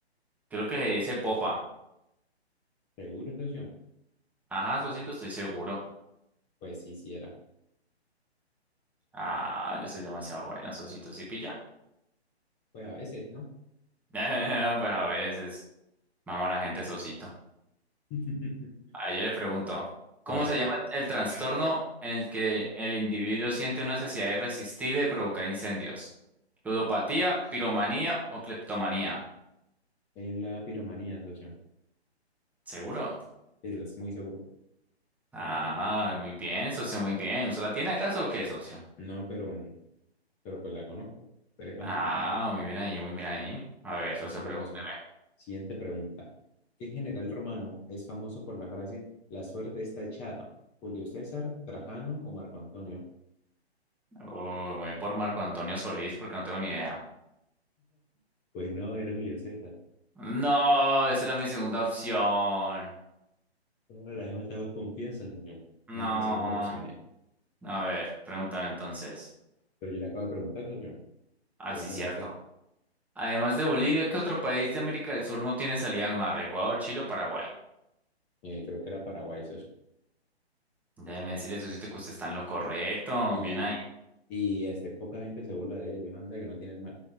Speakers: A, in the centre; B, on the left (about 20°).
A: Creo que se dice popa.
B: ¿Seguro, socio?
A: Ajá, Sosito, estoy seguro.
B: Pues sí, sí era.
A: Ah, yo soy demasiado bueno, Sosito, sí pilla.
B: Pues a veces, ¿no?
A: <laughs> Pues a veces, mama la gente, Sosito.
B: <laughs>
A: Ah, yo le pregunto, ¿cómo
B: Vale.
A: se llama el trastorno en el que el individuo siente una necesidad irresistible de provocar incendios? ¿Ludopatía, piromanía o cleptomanía?
B: Es la piromanía, socio.
A: ¿Seguro?
B: Eso es muy seguro.
A: Ah, muy bien, socio, muy bien. ¿Usted la tiene acaso o qué, socio?
B: No, pero, pero pues la conozco. Entonces es fácil.
A: Ah, muy bien ahí, muy bien ahí. A ver,
B: Eh,
A: socio, pregúnteme.
B: socio. Siguiente pregunta. ¿Qué general romano es famoso por la frase La suerte está echada? ¿Julio César, Trajano o Marco Antonio?
A: Uy, me voy por Marco Antonio Solís porque no tengo ni idea.
B: Pues no, era Julio César.
A: No, esa era mi segunda opción.
B: No, la demás estaba confianza, socio.
A: No.
B: En la segunda opción es.
A: A ver, pregúntame entonces.
B: Pero yo le acabo de preguntar, socio.
A: Ah,
B: Pregúnteme
A: sí, cierto.
B: usted.
A: Además de Bolivia, ¿qué otro país de América del Sur no tiene salida al mar? ¿Ecuador, Chile o Paraguay?
B: Eh, creo que era Paraguay, socio.
A: Déjeme decirle, socio, que usted está en lo correcto.
B: Y,
A: Bien ahí.
B: y este, poca gente se burla de ellos. Anda, que no tienen mal.